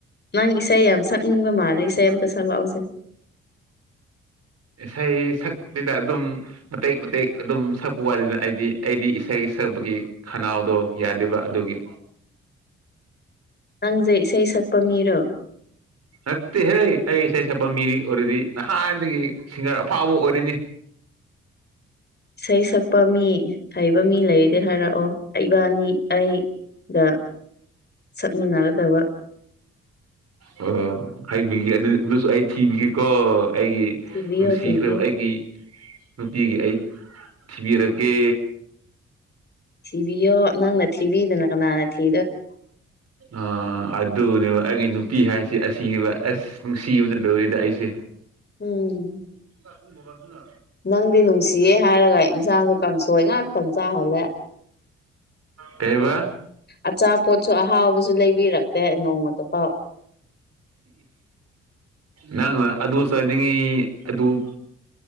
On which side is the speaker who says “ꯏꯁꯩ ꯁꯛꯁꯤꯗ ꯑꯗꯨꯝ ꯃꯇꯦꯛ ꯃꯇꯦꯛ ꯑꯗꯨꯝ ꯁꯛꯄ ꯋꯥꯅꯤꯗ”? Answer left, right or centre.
Right